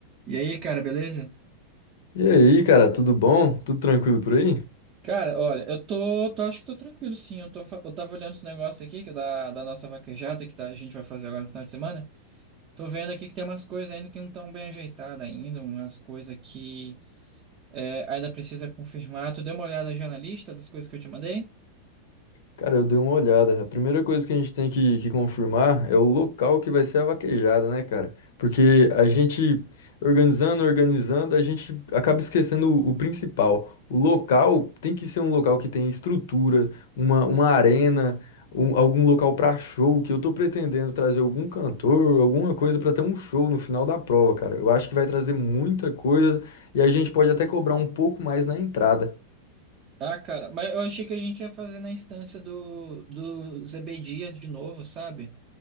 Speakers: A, on the right; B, on the left.
A: E aí, cara, beleza?
B: E aí, cara, tudo bom? Tudo tranquilo por aí?
A: Cara, olha, eu tô, tô acho que tô tranquilo, sim. Eu, tô, fa- eu tava olhando os negócios aqui, que é da, da nossa vaquejada, que tá- a gente vai fazer agora no final de semana. Tô vendo aqui que tem umas coisas ainda que não estão bem ajeitadas ainda, umas coisas que é, ainda precisa confirmar. Tu deu uma olhada já na lista das coisas que eu te mandei?
B: Cara, eu dei uma olhada. A primeira coisa que a gente tem que, que confirmar é o local que vai ser a vaquejada, né, cara? Porque a gente organizando, organizando, a gente acaba esquecendo o, o principal. O local tem que ser um local que tenha estrutura, uma, uma arena, um- algum local pra show, que eu tô pretendendo trazer algum cantor, alguma coisa pra ter um show no final da prova, cara. Eu acho que vai trazer muita coisa e a gente pode até cobrar um pouco mais na entrada.
A: Ah, cara, mas eu achei que a gente ia fazer na instância do, do ZB Dias de novo, sabe?